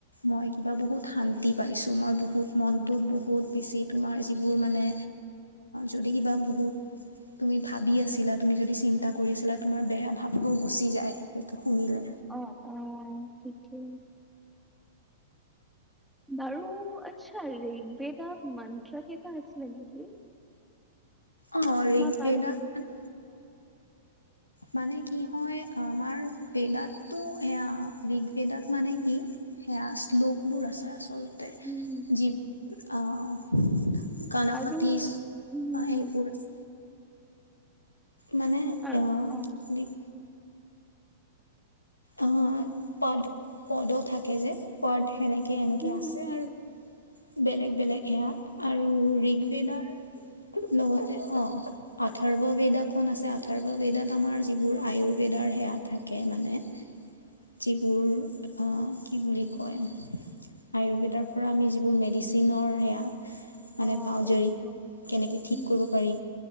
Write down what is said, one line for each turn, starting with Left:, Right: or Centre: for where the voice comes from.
Left: মই কিবা বহুত শান্তি পাইছো মই। বুত মনটোত বহুত বেছি তোমাৰ যিবোৰ মানে যদি কিবা বহুত। তুমি ভাবি আছিলা তুমি যদি চিন্তা কৰি আছিলা তোমাৰ বেয়া ভাব বোৰ গুচি যায় সেইটো শুনিলে
Centre: অ', ঠিকেই। বাৰু আচ্ছা ৰেগ্বেদত মন্তন্ত্ৰাকেইটা আছিলছে নেকি।
Left: অ', ৰিগ
Centre: মই পাহৰি
Left: বেদাত
Centre: থাকিলো,
Left: মানে। মানে কি হয় আমাৰ বেদাতটো এেয়া ঋগভেদাত মানে কি সেয়া শ্লোকবোৰ আছে আচলতে
Centre: উম,
Left: যিবোৰ আহ। গানপতিচ
Centre: আৰু উম, উম,
Left: আহ পুৰা <unintelligible> মানে
Centre: আৰু
Left: অহ
Centre: অ',
Left: দিপ অ', পদ পদো থাকে যে, পদ সেনেকে এনেকে
Centre: উম,
Left: আছে
Centre: উম, উম,
Left: আৰু বেলেগ বেলেগ সেয়াত আৰু ৰিগ বেদাৰ লগতে অ', আদ্ধৰ্ব বেদা খন আছে আদ্ধৰ্ব বেদাত আমাৰ যিবোৰ আয়ুৰ্বেদ ৰ সেৱা থাকে মানে যিবোৰ কি বুলি কয় আয়ুৰ্বেদৰ পৰা আমি যিবোৰ মেডিচিনৰ সেয়া মানে
Centre: অ',
Left: পাওঁজাৰী
Centre: অ',
Left: কেনেকৈ ঠিক
Centre: উম,
Left: কৰিব পাৰি